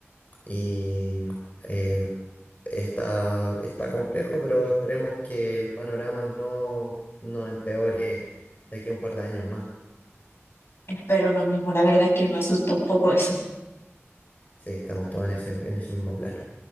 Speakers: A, on the left; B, on the left.
A: y, eh, está, está complejo, pero esperemos que el panorama no, no empeore de aquí a un par de años más.
B: espero lo mismo, la verdad es que me asusta un poco eso.
A: Sí, estamos todos en ese, en ese mismo plano.